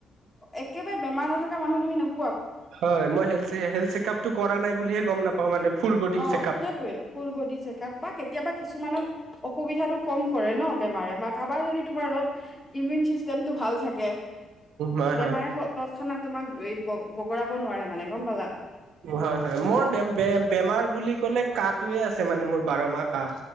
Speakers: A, on the left (about 20°); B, on the right (about 75°).
A: একেবাৰে বেমাৰ নথকা মানুহ তুমি ন
B: হয় মই হ চেকআপটো কৰা নাই বুলিহে গম নাপাও মানে। ফুল বডি
A: অ'
B: চেক আপ
A: সেইটোৱে ফুল বডী চেক আপ বা কেতিয়াবা কিছুমানৰ অসুবিধাটো কম কৰে ন বেমাৰে বা কাৰবাৰ যদি তোমাৰ অলপ ইমিউন চিষ্টেমটো ভাল থাকে।
B: হয়
A: বেমাৰে
B: হয়
A: তৎক্ষণাত তোমাক বগৰাব নোৱাৰে মানে গম পালা।
B: হয়-হয়
A: সেইটোৱে
B: মোৰে বেম বেমাৰ বুলি ক'লে কাঁহটোয়ে আছে মানে মোৰ বাৰ মাহ। কাহ